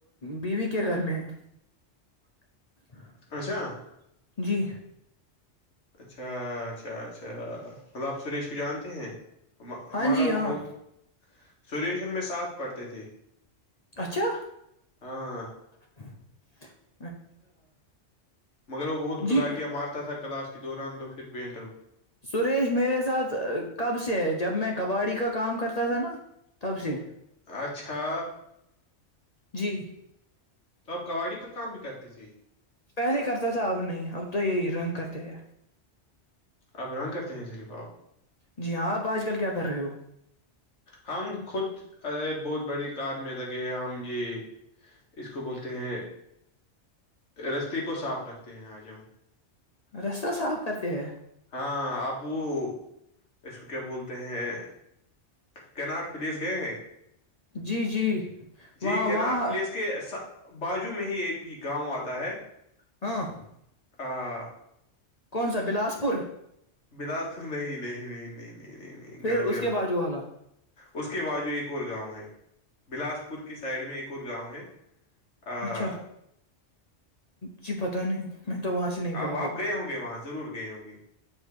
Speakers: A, on the left; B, on the left.
A: بیوی کے گھر میں ہیں <inaudible>
B: اچھا
A: <inaudible> جی
B: اچھا اچھا اچھا م آپ سریش کو جانتے ہیں ہمارا
A: ہاں جی ہاں
B: وہ بہت سریش ان میں ساتھ پڑھتے تھے
A: اچھا
B: ہاں
A: <inaudible> <inaudible>
B: مگر وہ بہت
A: جی
B: گلاٹیاں مارتا تھا کلاس دوران دو پھر بن
A: سریش میرے ساتھ کب سے ہے جب میں کباڈی کا کام کرتا تھا ہے نا تب سے
B: اچھا
A: جی
B: توب کباڈی کا کام بھی کرتے تھے
A: پہلے کرتا تھا اب نہیں اب تو یہی رنگ کرتے ہیں
B: اب رگ کرتے ہیں ریف آپ
A: جی ہاں آپ آج کل کیا کر رہے ہو
B: ہم خود اے بہت بڑی کار میں لگے ہیں ہم یہ اس کو بولتے ہیں رستے کو صاف رکھتے ہیں آج ہم
A: رستہ صاف کرتے ہے
B: ہاں اب وہ اس کو کیا بولتے ہیں کینارڈ پلیس گئے ہیں
A: جی جی وہاں
B: جی کینارڈ
A: وہاں
B: پلیس کے سب باجو میں ہی ایک کہ گاؤ آتا ہے
A: <inaudible>
B: ہاں
A: کون سا بلاسپور
B: بلاسپور نہیں نہیں نہیں نہیں نہیں نہیں نہیں
A: پھر
B: غلط
A: اس
B: غلط
A: کے باجو والا
B: اس کے باج ایک اور گاؤں ہے بلاسپور کی سائڈ میں ایک اور گاؤں ہے ہ
A: اچھا
B: <inaudible>
A: جی پتا نہیں میں تو وہاں سے نہیں گیا
B: اب
A: کبھی
B: آپ گئے ہوں گے وہاں ضرور گئے ہوں گے